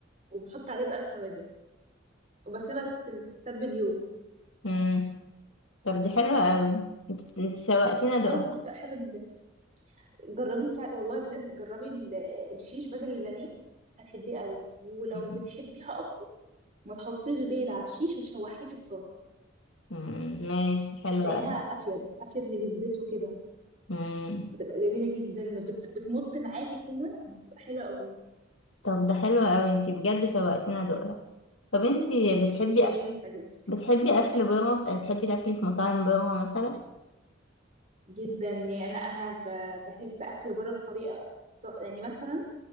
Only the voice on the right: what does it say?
وبحط عليه بقى التوابل وبسيبها تت- تتبل يوم
او بتبقى حلوه جدا جربي فع- والله بجد جربي ال- الشيش بدل البانيه هتحبيه قوي ولو
بتحبيها اكتر ما تحطيش بيض على الشيش وتشوحيه في الطاسه
هتلاقيها
افيد افيد من الزيت وكده
بتبقى جميله جدا بت... بتمط معاكي كده بتبقى حلوه قوي
ايه جميله
هتعجبك
جدا يعني انا انا ب... بحب اكل بره بطريقه ط- يعني مثلا